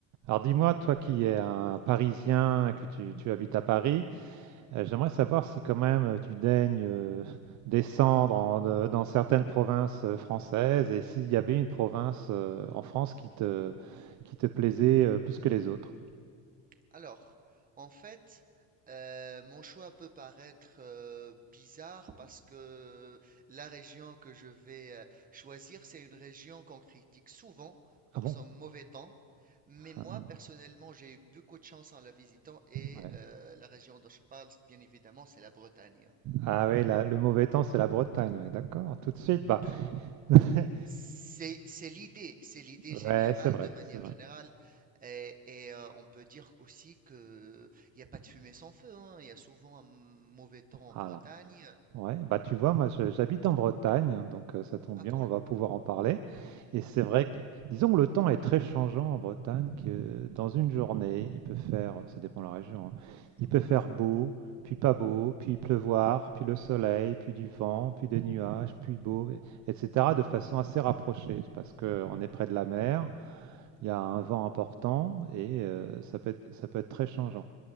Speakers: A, on the right; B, on the right.
A: Alors dis-moi, toi qui es un Parisien, que tu, tu habites à Paris, euh, j'aimerais savoir si quand même euh, tu daignes euh, descendre en- de- dans certaines provinces euh, françaises et s'il y avait une province euh, en France qui te, qui te plaisait euh, plus que les autres.
B: Alors, en fait, euh, mon choix peut paraître euh, bizarre parce que la région que je vais euh, choisir, c'est une région qu'on critique souvent pour
A: Ah bon?
B: son mauvais temps. Mais
A: Ah
B: moi, personnellement, j'ai eu beaucoup de chance en la visitant et
A: ouais,
B: euh, la région dont je parle, bien évidemment, c'est la Bretagne.
A: Ah ouais, la- le mauvais temps, c'est la Bretagne, ouais, d'accord. Tout de suite, bah.
B: Tout
A: <laughs>
B: C'est c'est l'idée, c'est l'idée
A: Ouais,
B: générale
A: c'est vrai,
B: de manière
A: c'est vrai.
B: générale. Et, et, euh, on peut dire aussi que il n'y a pas de fumée sans feu, hein. Il y a souvent un mauvais temps en
A: Alors.
B: Bretagne.
A: Ouais, bah tu vois, moi je- j'habite en Bretagne, hein, donc euh, ça tombe
B: Ah
A: bien,
B: cool,
A: on va pouvoir en parler. Et c'est vrai que, disons que le temps est très changeant en Bretagne, que dans une journée, il peut faire, ça dépend de la région, hein, il peut faire beau, puis pas beau, puis pleuvoir, puis le soleil, puis du vent, puis des nuages, puis beau, et- etc. de façon assez rapprochée, parce que on est près de la mer, il y a un vent important et euh, ça peut être, ça peut être très changeant.